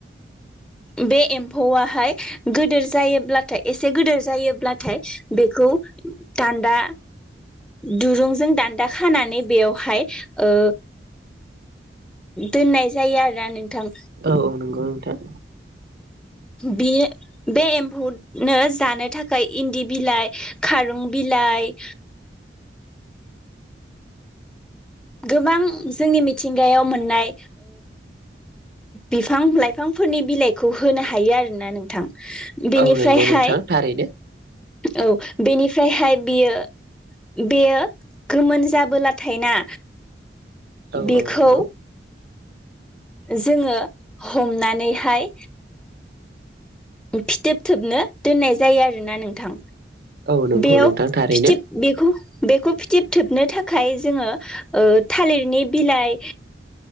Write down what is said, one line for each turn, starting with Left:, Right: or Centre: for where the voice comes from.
Centre: बे एम्फौआहाय गोदोर जायोब्लाथाय एसे गोदोर जायोब्लाथाय बेखौ दान्दा दुरुंजों दान्दा खानानै बेयावहाय ओ दोननाय जायो आरो नोंथां।
Right: औ औ नंगौ नोंथां।
Centre: बे बे एम्फौनो जानो थाखाय इन्दि बिलाइ खारुं बिलाइ गोबां जोंनि मिथिंगायाव मोननाय बिफां लाइफांफोरनि बिलाइखौ होनो हायो आरो ना नोंथां। बेनिफ्रायहाय
Right: औ नंगौ नोंथां थारैनो।
Centre: औ बेनिफ्रायहाय बियो बेयो गोमोन जाबोलाथाय ना
Right: औ
Centre: बेखौ
Right: औ नंगौ।
Centre: जोङो हमनानैहाय फिथोब थोबनो दोननाय जा जायो आरो ना नोंथां
Right: औ नंगौ
Centre: बेयाव
Right: नोंथां थारैनो
Centre: फिथिब बेखौ बेखौ फिथोब थोबनो थाखाय जोङो थालिरनि बिलाइ